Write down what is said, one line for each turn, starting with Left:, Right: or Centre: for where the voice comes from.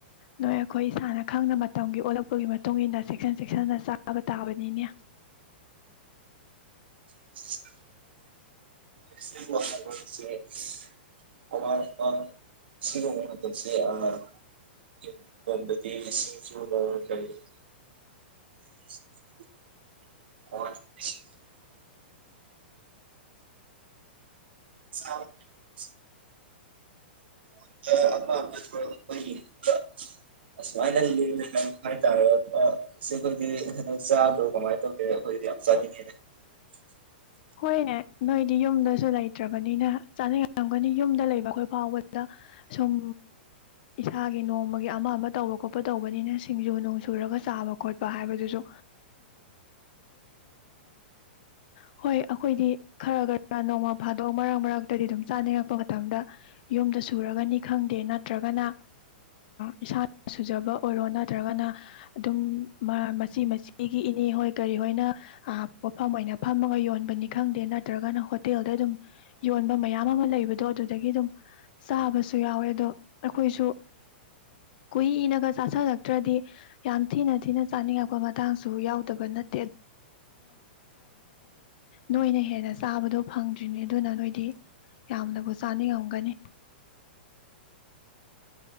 Left: ꯅꯣꯏ ꯑꯩꯈꯣꯏ ꯏꯁꯥꯅ ꯈꯪꯅ ꯃꯇꯝꯒꯤ ꯑꯣꯜꯂꯛꯄꯒꯤ ꯃꯇꯨꯡ ꯏ ꯃꯇꯨꯡꯏꯟꯅ ꯆꯦꯛꯁꯤꯟ ꯆꯦꯛꯁꯤꯟꯅ ꯆꯥꯕ ꯇꯥꯕꯅꯤꯅꯦ꯫
Right: <inaudible> <unintelligible> <unintelligible> ꯑ <unintelligible> <unintelligible>
Left: ꯍꯣꯏꯅꯦ ꯅꯣꯏꯗꯤ ꯌꯨꯝꯗꯁꯨ ꯂꯩꯇ꯭ꯔꯕꯅꯤꯅ ꯆꯥꯅꯔꯝꯒꯅꯤ ꯌꯨꯝꯗ ꯂꯩꯕ ꯑꯩꯈꯣꯏ ꯐꯥꯎꯕꯗ ꯁꯨꯝ ꯏꯁꯥꯒꯤ ꯅꯣꯡꯃꯒꯤ ꯑꯃ ꯑꯃ ꯇꯧꯕ ꯈꯣꯠꯄ ꯇꯧꯕꯅꯤꯅ ꯁꯤꯡꯖꯨ ꯅꯣꯡ ꯁꯨꯔꯒ ꯆꯥꯕ ꯈꯣꯠꯄ ꯍꯥꯏꯕꯁꯨ ꯍꯣꯏ ꯑꯩꯈꯣꯏꯗꯤ ꯈꯔ ꯈꯔ ꯅꯣꯡꯃ ꯐꯥꯗꯣꯛ ꯃꯔꯛ ꯃꯔꯛꯇꯗꯤ ꯑꯗꯨꯝ ꯆꯥꯅꯔꯛꯄ ꯃꯇꯝꯗ ꯌꯨꯝꯗ ꯁꯨꯔꯒꯅꯤ ꯈꯪꯗꯦ ꯅꯠꯇ꯭ꯔꯒꯅ ꯏꯁꯥꯅ ꯁꯨꯖꯕ ꯑꯣꯏꯔꯣ ꯅꯠꯇ꯭ꯔꯒꯅ ꯑꯗꯨꯝ ꯃꯆꯤ ꯃꯆꯤꯒꯤ ꯏꯅꯦ ꯍꯣꯏ ꯀꯔꯤ ꯍꯣꯏꯅ ꯄꯣꯐꯝ ꯑꯣꯏꯅ ꯐꯝ ꯌꯣꯟꯕꯅꯤ ꯈꯪꯗꯦ ꯅꯠꯇ꯭ꯔꯒꯅ ꯍꯣꯇꯦꯜꯗ ꯑꯗꯨꯝ ꯌꯣꯟꯕ ꯃꯌꯥꯝ ꯑꯃ ꯂꯩꯕꯗꯣ ꯑꯗꯨꯗꯒꯤ ꯑꯗꯨꯝ ꯆꯥꯕꯁꯨ ꯌꯥꯎꯋꯦ ꯑꯗꯣ ꯑꯩꯈꯣꯏꯁꯨ ꯀꯨꯏꯅꯒ ꯆꯥꯥꯁꯜꯂꯛꯇ꯭ꯔꯗꯤ ꯌꯥꯝ ꯊꯤꯅ ꯊꯤꯅ ꯆꯥꯅꯤꯡꯉꯛꯄ ꯃꯇꯥꯡꯁꯨ ꯌꯥꯎꯗꯕ ꯅꯠ ꯅꯣꯏꯅ ꯍꯦꯟꯅ ꯆꯥꯕꯗꯣ ꯐꯪꯗ꯭ꯔꯤꯅꯦ ꯑꯗꯨꯅ ꯅꯣꯏꯗꯤ ꯌꯥꯝꯅꯕꯨ ꯆꯥꯅꯤꯡꯉꯝꯒꯅꯤ꯫